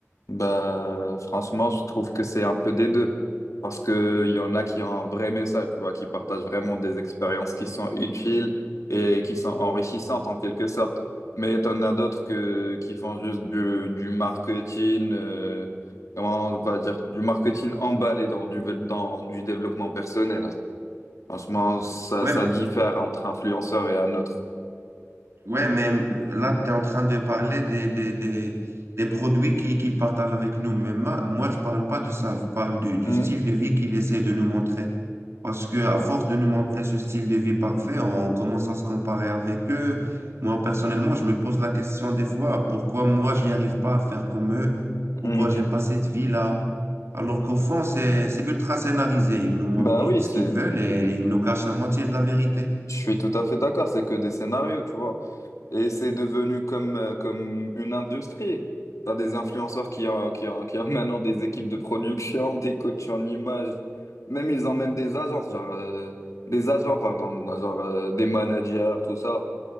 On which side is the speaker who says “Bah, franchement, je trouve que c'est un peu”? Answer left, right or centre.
Left